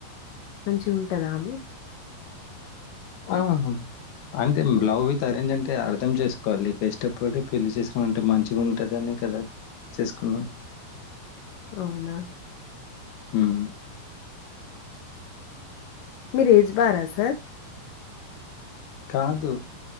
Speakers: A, on the left; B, on the left.
A: మంచిగుంటదా ఆమె
B: ఆ అంతే లవ్ విత్ అరేంజ్ అంటే అర్థం చేసుకోవాలి ఇష్టపడి పెళ్లి చేసుకున్న అంటే మంచిగా ఉంటుదనే కదా చేసుకున్నాం
A: అవునా
B: ఉమ్
A: మీరు ఏజ్ బారా సార్
B: కాదు